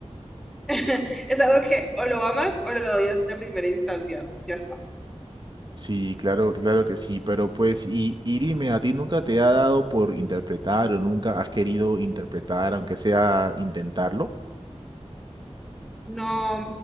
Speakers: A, in the centre; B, on the right.
A: <laughs> es algo que o lo amas o lo odias de primera instancia. Ya está.
B: sí, claro, claro que sí, pero pues, y, y
A: Mm.
B: dime, ¿a ti nunca te ha dado por interpretar o nunca has querido interpretar, aunque sea intentarlo?
A: No,